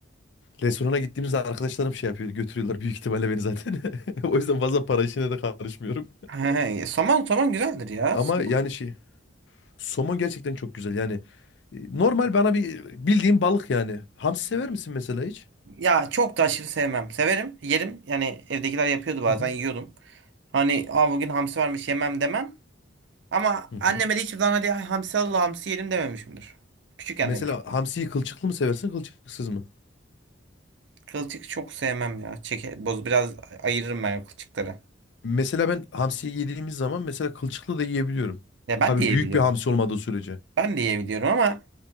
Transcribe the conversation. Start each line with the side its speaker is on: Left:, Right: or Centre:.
Left: restorana gittiğimizde arkadaşlarım şey yapıyor götürüyorlar büyük ihtimalle beni zaten. <laughs> O yüzden fazla para işine de karışmıyorum.
Right: He, somon somon güzeldir ya.
Left: Ama
Right: Somon-
Left: yani şey somon gerçekten çok güzel yani. e, Normal bana bir bildiğim balık yani. Hamsi sever misin mesela hiç?
Right: Ya çok da aşırı sevmem. Severim, yerim. Yani evdekiler yapıyordu bazen
Left: Hı hı.
Right: yiyordum. Hani aa bugün hamsi varmış yemem demem. Ama
Left: Hı hı.
Right: anneme de hiçbir zaman hadi hamsi al hamsi yerim dememişimdir. Küçükken
Left: E mesela
Right: demişim.
Left: hamsiyi kılçıklı mı seversin, kılçıksız mı?
Right: Kılçık çok sevmem ya. Çeke, boz biraz ayırırım ben kılçıkları.
Left: Mesela ben hamsiyi yediğimiz zaman mesela kılçıklı da yiyebiliyorum.
Right: Ya ben
Left: Tabii
Right: de yiyebiliyorum.
Left: büyük bir hamsi olmadığı sürece.
Right: Ben de yiyebiliyorum ama